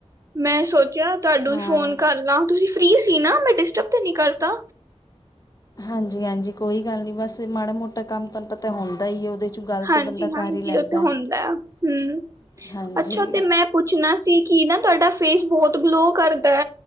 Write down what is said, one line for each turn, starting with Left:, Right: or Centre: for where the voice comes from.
Right: ਮੈਂ ਸੋਚਿਆ ਤੁਹਾਨੂੰ
Left: ਹਾਂ
Right: ਫੋਨ ਕਰ ਲਾਂ ਤੁਸੀਂ ਫਰੀ ਸੀ ਨਾ, ਮੈਂ ਡਿਸਟਰਬ ਤੇ ਨੀ ਕਰਤਾ?
Left: ਹਾਂਜੀ-ਹਾਂਜੀ ਕੋਈ ਗੱਲ ਨੀ ਬਸ ਮਾੜਾ ਮੋਟਾ ਕੰਮ ਤਨ ਹੁੰਦਾ ਹੀ ਹੈ ਉਹਦੇ 'ਚ ਗੱਲ
Right: ਹਾਂਜੀ-ਹਾਂਜੀ
Left: ਤਾਂ ਬੰਦਾ ਕਰ ਹੀ ਲੈਂਦਾ
Right: ਉਹ ਤੇ ਹੁੰਦਾ ਹੂ
Left: ਹਾਂਜੀ,
Right: ਅੱਛਾ ਤੇ ਮੈਂ ਪੁੱਛਣਾ ਸੀ ਕਿ ਨਾ ਤੁਹਾਡਾ ਫੇਸ ਬਹੁਤ ਗਲੋ ਕਰਦਾ।